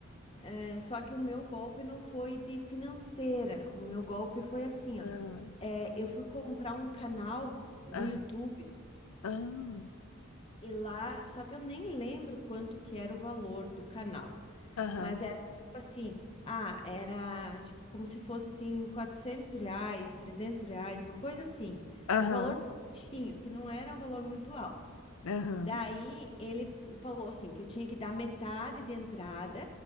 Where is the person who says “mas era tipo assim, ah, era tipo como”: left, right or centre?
Left